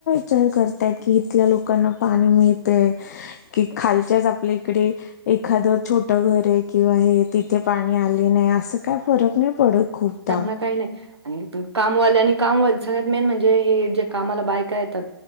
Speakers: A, on the left; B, on the right.
A: चार करताय की इथल्या लोकांना पाणी मिळतय की, खालच्याच आपल्या इकडे एखादं छोटं घर आहे किंवा हे, तिथे पाणी आले नाही असं काय फरक नाही पडत. खूपदा
B: त्यांना काही नाही आणि कामवाले आणि कामवाले सगळ्यात मेन म्हणजे हे जे कामाला बायका येतात